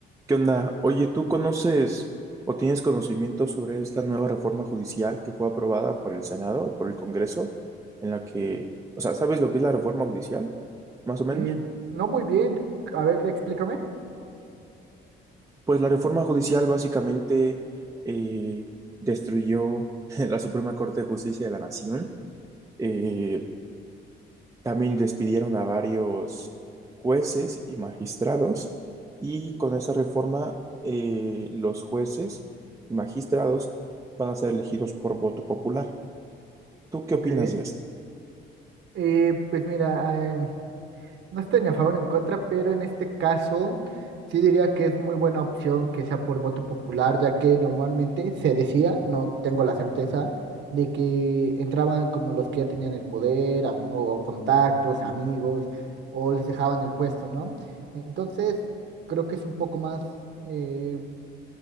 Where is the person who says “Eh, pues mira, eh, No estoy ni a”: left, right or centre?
Right